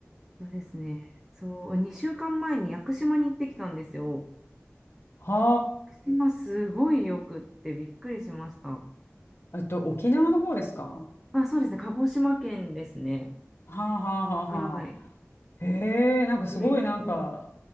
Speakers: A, in the centre; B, on the left.
A: そうですね。そう、2週間前に屋久島に行ってきたんですよ。
B: は
A: 島すごいよくってびっくりしました。
B: あ。えっと、沖縄の方ですかは
A: あ、そうですね。鹿児島県ですね。
B: あはあはあはあ。
A: はい。
B: へえ、なんかすごいなんか、
A: それ、うん。